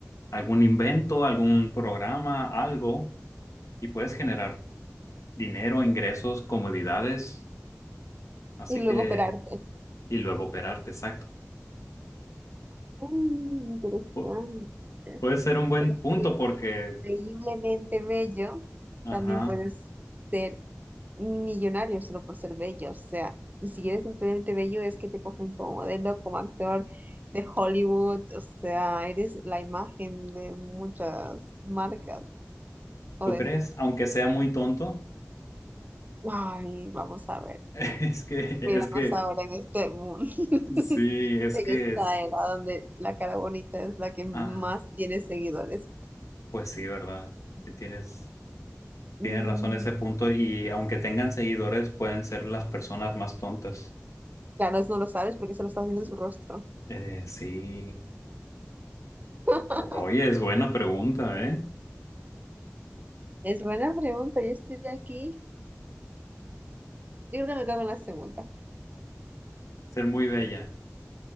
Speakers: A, on the left; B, on the right.
A: algún invento, algún programa, algo, y puedes generar dinero, ingresos, comodidades. Así
B: Y luego
A: que...
B: operarte.
A: y luego operarte, exacto.
B: Mm, interesante.
A: Pu- puede ser un buen
B: Pero
A: punto
B: si eres
A: porque,
B: increíblemente bello,
A: ajá,
B: también puedes ser millonario solo por ser bello. O sea, y si eres increíblemente bello, es que te cogen como modelo, como actor de Hollywood. O sea, eres la imagen de muchas marcas. O
A: ¿tú
B: de...
A: crees? Aunque sea muy tonto,
B: Ay, vamos a ver.
A: <laughs> es que, es
B: Míranos
A: que,
B: ahora en este mundo, <laughs>
A: sí, es
B: en
A: que
B: esta
A: es,
B: era donde la cara bonita es la que más
A: ah,
B: tiene seguidores.
A: pues sí, ¿verdad? Si tienes,
B: Mm,
A: tienes razón ese punto y aunque tengan seguidores, pueden ser las personas más tontas.
B: claro, eso no lo sabes porque solo estás viendo en su rostro.
A: Eh, sí,
B: <laughs>
A: O- oye, es buena pregunta, ¿eh?
B: Es buena pregunta, yo estoy aquí. Yo creo que me cago en la segunda.
A: Ser muy bella.